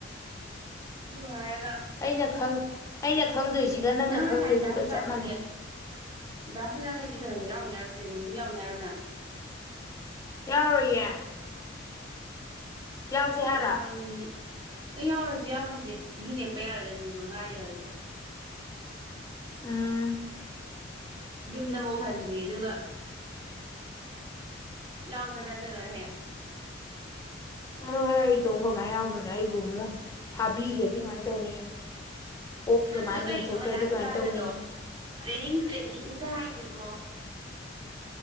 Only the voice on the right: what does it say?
ꯍꯥꯏꯔ
ꯅꯪ ꯉꯁꯥꯏ
ꯗꯥꯁ ꯍꯗꯥꯥꯟꯗꯒꯤꯗꯥꯁ
ꯍꯖꯥꯟꯗꯒꯤ ꯀꯩꯅꯣꯗ ꯌꯥꯎꯅꯤ ꯌꯥꯔ ꯆꯕꯤ ꯌꯥꯅꯅ
ꯑꯣ ꯑꯅꯤ ꯑꯩ ꯌꯥꯎꯔꯁꯤ ꯌꯥꯎꯔꯁꯦ ꯆꯍꯤ ꯅꯦꯛꯄ ꯌꯥꯔꯣꯏꯗ ꯅꯨꯃꯤꯠ ꯃꯉꯥꯅꯤꯒ ꯑꯗꯨꯗꯤ
ꯌꯨꯝꯗꯐꯥꯎ ꯍꯟꯗꯦ ꯑꯗꯨꯒ ꯌꯥꯎꯗꯅꯖꯒꯥ ꯍꯦ
ꯑꯗꯨ ꯀꯩꯅꯣ
ꯃꯖꯥꯁꯀꯗꯗꯣ
ꯇ꯭ꯔꯦꯅꯤꯡ ꯇ꯭ꯔꯦꯅꯤꯡꯗ ꯍꯥꯏꯗꯨꯕꯣ